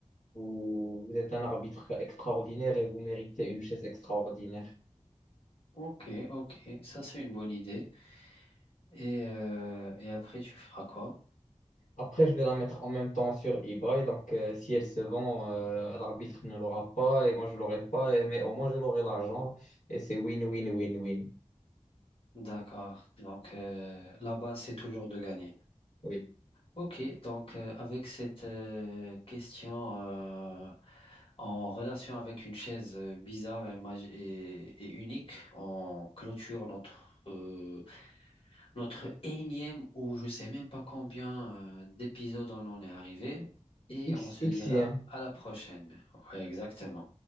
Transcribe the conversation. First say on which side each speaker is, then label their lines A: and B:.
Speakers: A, on the left; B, on the left.
A: vous, vous êtes un arbitre extraordinaire et vous méritez une chaise extraordinaire.
B: ok, ok, ça c'est une bonne idée. Et, euh, et après, tu feras quoi?
A: Après, je vais la mettre en même temps sur eBay. Donc, euh, si elle se vend, euh, l'arbitre ne l'aura pas et moi, je l'aurai pas. et- mais au moins, je l'aurai l'argent. Et c'est win, win, win, win.
B: D'accord. Donc, euh, la base, c'est toujours de gagner.
A: Oui.
B: Ok, donc euh, avec cette euh, question euh, en relation avec une chaise euh, bizarre et, magi- et, et unique, on clôture notre, euh, notre énième ou je sais même pas combien euh, d'épisodes on en est arrivé et
A: X,
B: on se
A: Xm.
B: dira à la prochaine. Ouais, exactement.